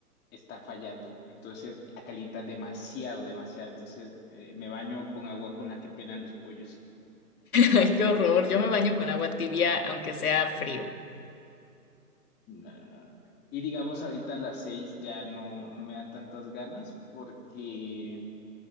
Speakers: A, on the left (about 20°); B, on the left (about 65°).
A: está fallando. Entonces la calienta demasiado, demasiado. Entonces eh, me baño con agua con la que pelan los pollos.
B: Ay, qué horror. Yo me baño con agua tibia, aunque sea frío.
A: No, no, no. no. Y digamos, ahorita a las seis ya no, no me dan tantas ganas porque